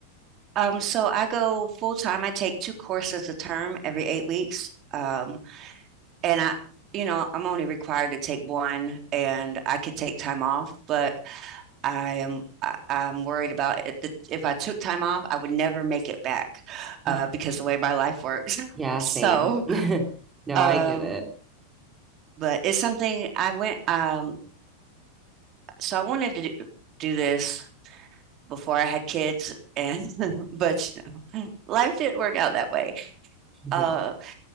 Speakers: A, on the right; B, on the right.
A: Um, so I go full time. I take two courses a term every eight weeks. Um, and I, you know, I'm only required to take one and I could take time off, but I am I, I'm worried about it. that If I took time off, I would never make it back
B: <laughs>
A: uh, because the way my life works. <laughs>
B: Yeah,
A: So,
B: same. <laughs> No,
A: um,
B: I get it.
A: but it's something I went, um, so I wanted to do- do this before I had kids and, <laughs> but you know, <laughs> life didn't work out that way. Uh,
B: Yeah,